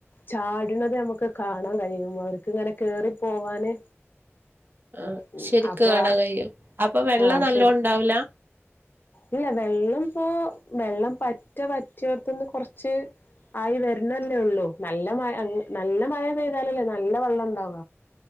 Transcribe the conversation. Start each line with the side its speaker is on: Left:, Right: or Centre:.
Left: ചാടണത് നമുക്ക് കാണാൻ കഴിയും അവർക്ക്ങ്ങനെ കേറി പോവാന്.
Right: ആഹ്
Left: ഉം
Right: ശരിക്ക്
Left: അപ്പൊ
Right: കാണാൻ
Left: ആ
Right: കഴിയും അപ്പൊ വെള്ളം
Left: ആഹ്
Right: നല്ലോണ്ടാവൂല.
Left: ശരി ഇല്ല വെള്ളം പ്പൊ വെള്ളം പറ്റെ വറ്റിയോട്ത്ത്ന്ന് കൊർച് ആയി വരുന്നല്ലേ ഉള്ളൂ നല്ല മ നല്ല മഴ പെയ്താലല്ലേ നല്ല വെള്ളം ഉണ്ടാവ.